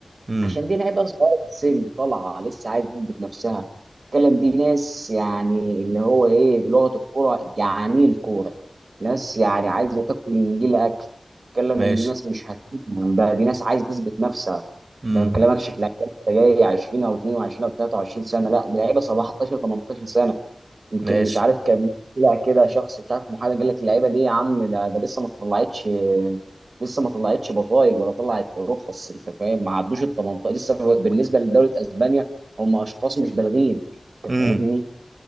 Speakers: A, on the right; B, on the right.
A: امم
B: عشان دي لعيبه صغيره في السن طالعه لسه عايزه تثبت نفسها الكلام دي ناس يعني اللي هو ايه بلغه الكوره جعانين كوره ناس يعني عايزه تاكل من جيل اكل الكلام
A: ماشي
B: من دي ناس مش هتفهم بقى دي ناس عايزه تثبت نفسها
A: امم
B: ده ما بكلمكش في لعيبه لسه جاي 20 او 22 او 23 سنه لا ده لعيبه 17 18 سنه يمكن
A: ماشي
B: مش عارف كان طلع كده شخص مش عارف محامي قال لك اللعيبه دي يا عم ده ده لسه ما طلعتش لسه ما طلعتش بطايق ولا طلعت رخص انت فاهم ما عدوش ال 18 لسه بالنسبه لدوله اسبانيا هم اشخاص مش بالغين انت
A: امم
B: فاهمني